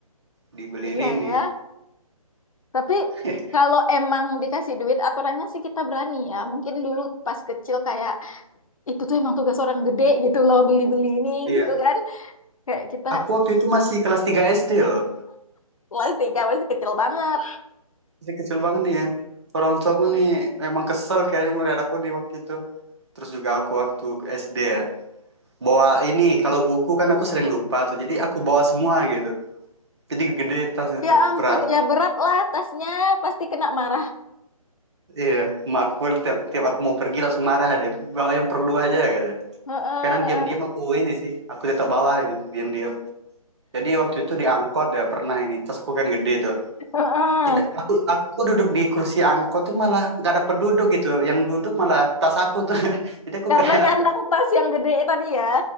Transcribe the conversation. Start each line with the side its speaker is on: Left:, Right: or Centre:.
Right: dibeliin
Left: iya
Right: ini.
Left: ya Tapi
Right: <laughs>
Left: kalau emang dikasih duit aturannya sih kita berani ya. Mungkin dulu pas kecil kayak itu tuh emang tugas orang gede gitu loh beli-beli ini
Right: Iya.
Left: gitu kan. Kayak kita
Right: Aku waktu itu masih kelas 3 SD loh.
Left: kelas tiga masih kecil banget.
Right: Masih kecil banget nih ya. Orang tua aku nih memang kesel kayaknya melihat aku nih waktu itu. Terus juga aku waktu SD ya. bawa ini kalau buku kan aku sering lupa tuh jadi aku bawa semua gitu jadi gede tas itu
Left: Ya ampun
Right: berat
Left: ya berat lah tasnya pasti kena marah.
Right: iya emak aku kan tiap, tiap aku mau pergi langsung marah deh bawa yang perlu aja gitu
Left: Heeh,
Right: kadang diam-diam aku ini sih aku tetap bawa gitu diam-diam jadi waktu itu di angkot ya pernah ini tas aku kan gede tuh
Left: heeh.
Right: jadi aku aku duduk di kursi angkot tuh malah gak ada penduduk gitu yang duduk malah tas aku tuh <laughs> jadi aku
Left: Karena
Right: kayak
Left: nyandang tas yang gede tadi ya.